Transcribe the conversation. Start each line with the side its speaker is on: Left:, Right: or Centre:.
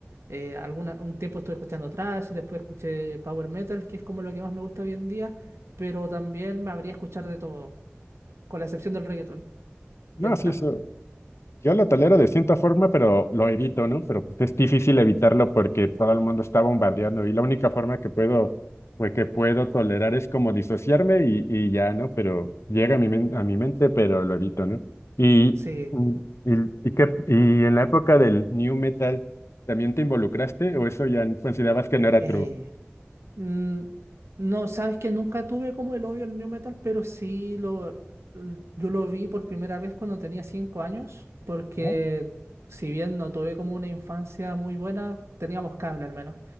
Right: eh, alguna, un tiempo estuve escuchando thrash, después escuché power metal, que es como lo que más me gusta hoy en día, pero también me habría escuchar de todo, con la excepción del reggaeton
Left: No,
Right: y el
Left: sí,
Right: trap.
Left: eso. Yo lo tolero de cierta forma, pero lo evito, ¿no? Pero pues, es difícil evitarlo porque todo el mundo está bombardeando y la única forma que puedo, pues que puedo tolerar es como disociarme y, y ya, ¿no? Pero llega a mi, men- a mi mente, pero lo evito, ¿no? Y,
Right: Sí,
Left: y, y, qué- y en la época del New Metal, ¿también te involucraste o eso ya considerabas que no era
Right: eh,
Left: true?
Right: Mm, no, sabes que nunca tuve como el odio al new metal, pero sí lo, l- yo lo vi por primera vez cuando tenía 5 años, porque
Left: Ah,
Right: si bien no tuve como una infancia muy buena, teníamos cable al menos.